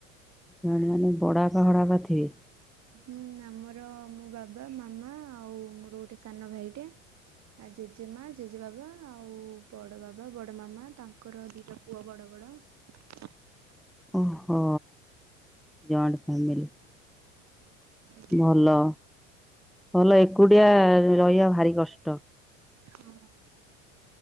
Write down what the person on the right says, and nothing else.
ହୁଁ ଆମର ମୋ ବାବା ମାମା ଆଉ ମୋର ଗୋଟେ ସାନ ଭାଇଟେ। ଆଉ ଜେଜେମା ଜେଜେବାବା ଆଉ ବଡ ବାବା ବଡ ମାମା ତାଙ୍କର ଦିଟା ପୁଅ ବଡ । ବଡ ।
ଆଜ୍ଞା
ହଁ ‌।